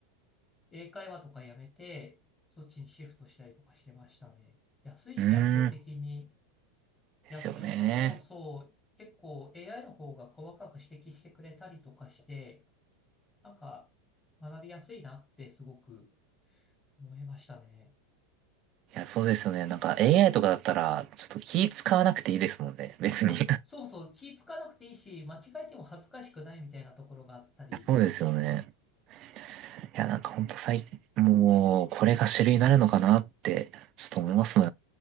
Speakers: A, on the left; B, on the right.
A: 英会話とかやめて、そっちにシフトしたりとかしてましたね。安いし圧倒的に。
B: うーん。ですよね。
A: 安いのと、そう、結構 AI の方が細かく指摘してくれたりとかして、なんか学びやすいなってすごく思いましたね。
B: いや、そうですよね。なんか AI とかだったら、ちょっと気使わなくていいですもんね。別に。
A: あ、
B: <laughs> い
A: そうそう、気ぃつかなくていいし、間違えても恥ずかしくないみたいなところがあったり、
B: や、そうですよね。いや、なんかほんと最近、もう、これが主流になるのかなって、ちょっと思いますん